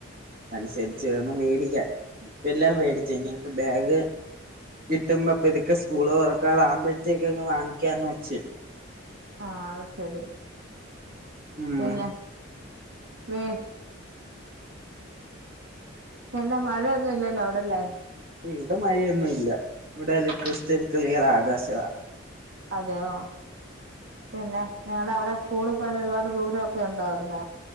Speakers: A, on the right (about 45°); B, on the right (about 65°).
A: അനുസരിച്ച് വേണം മേടിക്കാൻ. ഇപ്പ എല്ലാം മേടിച്ച് ഇനിപ്പം ബാഗ് കിട്ടുമ്പോ പതുക്കെ സ്കൂള് തുറക്കാറാകുമ്പോഴത്തേക്കങ്ങ് വാങ്ങിക്കാന്ന് വെച്ച്.
B: ആഹ് അത്ശരി.
A: ഉം
B: പിന്നെഹ് പീൻ ഇല്ല മഴേന്നൂല്ലല്ലോ അവിടല്ലെ.
A: ഇവിടെ മഴേന്നുല്ല ഇവിടെല്ല ക്രിസ്തൽ ക്ലിയർ ആകാശ്വ.
B: അതെയോ പിന്നെ നിങ്ങളവടെ സ്കൂളിൽ പോകാൻ ഒരുപാട് ദൂരൊക്കെണ്ടോവിടുന്ന്.